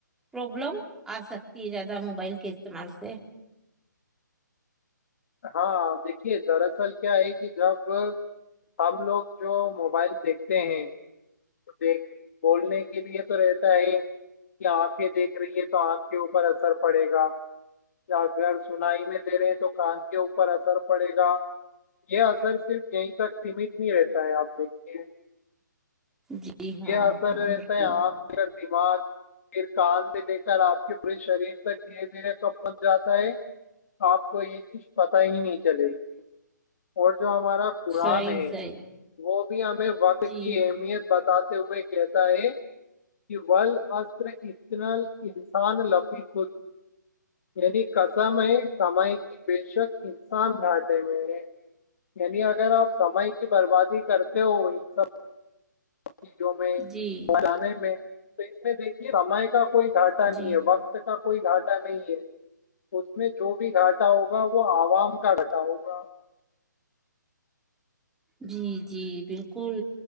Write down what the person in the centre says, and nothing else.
پربلم آ سکتی ہے زیادہ موبائل کے سمل سے
جی ہاں
ہاں بالکل
صحیح
صحیح
جی
جی
جی
جی جی بالکل